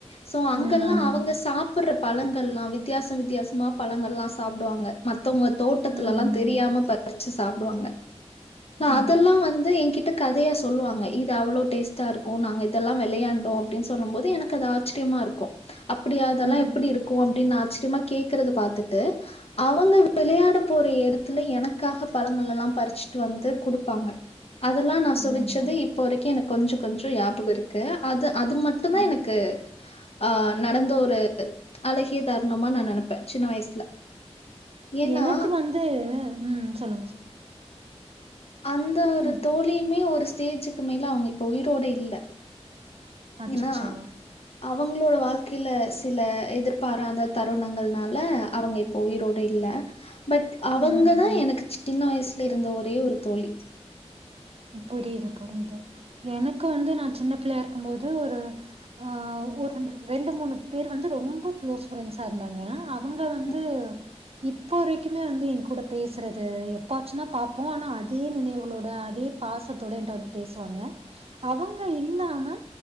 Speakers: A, on the left; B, on the right.
A: சோ அங்கெல்லா
B: ம் ஆமா
A: அவுங்க சாப்பிட்ற பழங்கள்லா வித்தியாசம் வித்தியாசமா பழங்கள்லா சாப்புடுவாங்க மத்தவுங்க தோட்டத்துல
B: ம்
A: எல்லா தெரியாம பறிச்சு சாப்புடுவாங்க நா
B: ம்
A: அதெல்லா வந்து என்கி ட்ஞ கதையா சொல்லுவாங்க இது அவ்வளோ டேஸ்ட்டா இருக்கும் நாங்க இதெல்லா விளையாண்டோம் அப்படின்னு சொல்லும் போது எனக்கு அது ஆச்சரியமா இருக்கும் கு அப்படி அதெல்லா
B: ம்
A: எப்படி இருக்கும் அப்படின் ஆச்சரியமா கேக்குறது பாத்தட்டு அவுங்க விளையாட போற எடத்துல எனக்காக பழங்கள் எல்லா பறிச்சுட்டு வந்து குடுப்பாங்க அதெல்லாநா
B: அருமை
A: சுவிச்சது
B: அருமை
A: இப்ப இப்போ வரைக்கும் எனக்கு கொஞ்சோ கொஞ்சோ ஞாபகம் இருக்கு அது அது மட்டும் தா
B: ம்
A: எனக்கு ஆ நடந்த ஒரு அழகிய தருணமா நா நினைப்ப சின்ன வயசுல ஏன்னா
B: எனக்கு வந்து ம் சொல்லுங்க சொல்லுங்க
A: அந்த ஒரு
B: ம்
A: தோழியுமே ஒரு ஸ்டேஜிக்கு மேல அவுங்க இப்ப உயிரோட இல்ல
B: அச்சச்சோ
A: ஏன்னா அவுங்களோட வாழ்க்கையில சில எதிர்பாராத தருணங்கள்னால அவுங்க இப் உயிரோட இல்ல பட் அவுங்கதா
B: ம்
A: எனக்கு சின்ன வயசுல இருந்த ஒரே ஒரு தோழி
B: புரியுது புரியுது எனக்கு வந்து நா சின்ன பிள்ளையா இருக்கும் போது ஒரு ஆ ஒரு ரெ ரெண்டு மூணு பேர் வந்து ரொம்ப க்ளோஸ் ஃப்ரெண்ட்ஸா இருந்தாங்க அவுங்க வந்து
A: ம்,
B: இப்போ வரைக்குமே வந்து என்கூட பேசுறது எப்பாச்சும் தா பாப்போம் ஆனால் அதே நினைவுகளோட அதே பாசத்தோட என்ட வந்து பேசுவாங்க அவுங்க இல்லாம